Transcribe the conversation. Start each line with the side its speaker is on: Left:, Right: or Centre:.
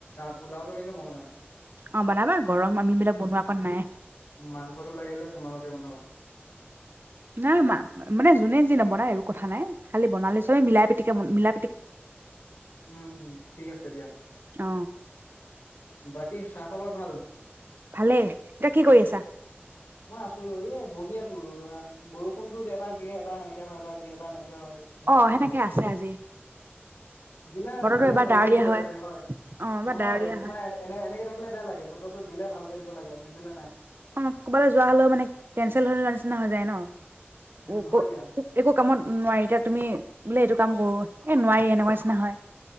Left: পোলাওটো কিন্তু মগ অম
Right: অ বনাবা গৰম আমি বিলাক বনোৱা কণ নাই
Left: মাংসটো লাগিলে তোমালোকে বনাবা
Right: নাই মা মানে যোনে যি নবনাই একো কথা নাই খালি বনালে চবে মিলাই পিটিকে মিলা
Left: উম -উম ঠিক আছে দিয়া।
Right: অ
Left: বাক কি খা-খবৰ ভাল?
Right: ভালেই। এতিয়া কি কৰি আছা?
Left: মই আছো। এ বহি আছো ৰবা বৰষুণতো এবাৰ দিয়ে। এবাৰ নাই। হয় এবাৰ দিয়ে এবাৰ নিদি হয় সেয়াকে
Right: অ সেনেকে
Left: কৰি আছো।
Right: আছে আজি
Left: দিলে
Right: বতৰটো
Left: -দিলে
Right: এবাৰ
Left: ভালকে
Right: ডাৱৰীয়া
Left: দিব লাগে হয়।
Right: অ এবাৰ
Left: নহয়
Right: ডাৱৰীয়া
Left: -তোমাৰ
Right: হয়
Left: এনে এনেকে থাকিলে বেয়া লাগে। বতৰটো দিলে ভালকে দিব লাগে আৰু নিদিলে নাই।
Right: অ ক'ৰবালে যোৱা হলেও মানে কেনচেল হৈ যোৱা নিচিনা হৈ যায় ন
Left: উম, হয় দিয়া
Right: একো কামত নোৱাৰি এতিয়া তুমি বোলে এইটো কাম কৰো এ নোৱাৰি এনেকুৱা নিচিনা হয়